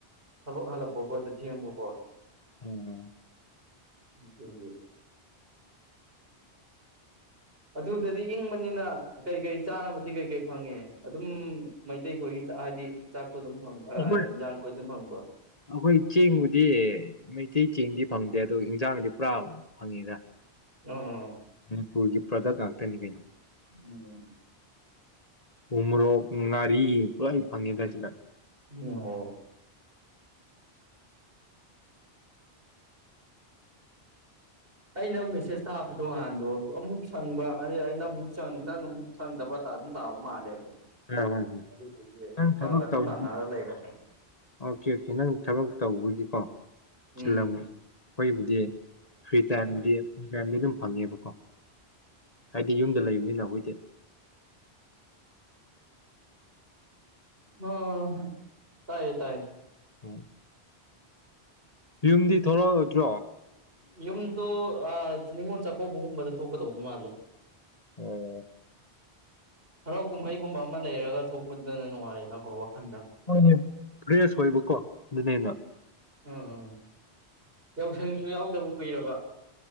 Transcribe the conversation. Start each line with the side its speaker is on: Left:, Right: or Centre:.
Right: ꯍꯜꯣ ꯍꯜꯂꯣ ꯄꯣꯛꯗ ꯊꯦꯝꯕꯨꯀꯣ
Left: ꯍꯝ
Right: ꯖꯒꯦ ꯑꯗꯨꯗꯗꯤ ꯏꯪꯕꯅꯤꯅ ꯀꯩꯀꯩ ꯆꯥꯅꯕꯗꯤ ꯀꯩꯀꯔꯤ ꯐꯪꯉꯦ ꯑꯗꯨꯝ ꯃꯩꯇꯩ ꯈꯣꯏꯒꯤ ꯍꯥꯏꯕꯗꯤ ꯆꯥꯛ ꯑꯗꯨꯝ ꯐꯪꯕ
Left: ꯑꯩꯈꯣꯏ
Right: ꯏꯟꯖꯥꯡꯈꯣꯏ ꯑꯗꯨꯝ ꯐꯪꯕ
Left: ꯑꯩꯈꯣꯏ ꯆꯦꯡꯕꯨꯗꯤ ꯏꯊꯤ ꯆꯦꯡꯗꯤ ꯐꯪꯗꯦ ꯑꯗ ꯍꯤꯟꯖꯥꯡꯗꯤ ꯄꯨꯔꯥ ꯐꯪꯉꯤꯗ
Right: ꯎꯝ
Left: ꯃꯅꯤꯄꯨꯔꯒꯤ ꯄ꯭ꯔꯗꯛ ꯉꯥꯛꯇꯅꯤ ꯀꯩꯅꯣ
Right: ꯎꯝ
Left: ꯎꯃꯔꯣ ꯉꯔꯤ ꯄꯔꯥꯏ ꯐꯥꯉꯤꯒꯦꯁꯤꯥꯏ
Right: ꯑꯣ ꯑꯩꯅ ꯃꯦꯁꯦꯁ ꯊꯥꯕꯗꯣꯀꯥꯟꯗꯣ ꯑꯃꯨꯛ ꯁꯪꯕ ꯑꯩꯅ ꯑꯃꯨꯛ ꯅꯪ ꯑꯃꯨꯛ ꯁꯪꯗꯕ ꯑꯗꯨꯝ ꯇꯥꯕ ꯃꯥꯜꯂꯦꯕ
Left: ꯍꯣꯏꯣꯏ
Right: ꯑꯗꯨꯗꯨꯒꯤ
Left: ꯅꯪ
Right: ꯐꯔꯛ
Left: ꯊꯕꯛ
Right: ꯑꯗꯨꯝ
Left: ꯇꯧꯕ
Right: ꯇꯥꯟꯅꯔ ꯂꯩꯔꯕ
Left: ꯑꯣꯀꯦ ꯑꯣꯀꯦ ꯅꯪ ꯊꯕꯛ ꯇꯧꯕꯒꯤ ꯑ
Right: ꯎꯝ
Left: ꯆꯤꯜꯂꯝ ꯑꯩꯈꯣꯏꯕꯨꯗꯤ ꯐ꯭ꯔꯤ ꯇꯥꯏꯝꯗꯤꯗꯤ ꯑꯗꯨꯝ ꯐꯪꯉꯦꯕꯀꯣ ꯍꯥꯏꯗꯤ ꯌꯨꯝꯗ ꯂꯩꯕꯅꯤꯅ ꯑꯩꯈꯣꯏꯗꯤ
Right: ꯑꯣ ꯍ ꯇꯥꯏꯌꯦ ꯇꯥꯏꯌꯦ
Left: ꯎꯝ ꯌꯨꯝꯗꯤ ꯊꯣꯔꯛꯑꯗ꯭ꯔꯣ
Right: ꯌꯨꯝꯗꯨ ꯑ ꯅꯤꯉꯣꯜ ꯆꯥꯛꯀꯧꯕꯒꯨꯝꯕꯗ ꯊꯣꯛꯀꯗꯧꯕ ꯃꯥꯜꯂꯦ
Left: ꯑꯣ
Right: ꯍꯔꯥꯎ ꯀꯨꯝꯍꯩꯒꯨꯝꯕ ꯑꯃ ꯂꯩꯔꯒ ꯊꯣꯛꯄꯗꯨꯅ ꯅꯨꯡꯉꯥꯏꯌꯦꯅꯀꯣ ꯋꯥꯈꯟꯗ
Left: ꯍꯅꯦ ꯐ꯭ꯔꯦꯁ ꯑꯣꯏꯕꯀꯣ ꯑꯗꯨꯅꯦꯅ
Right: ꯎꯝꯝ ꯌꯥꯎꯁꯪꯁꯨ ꯌꯥꯎꯗꯕ ꯀꯨꯏꯔꯕ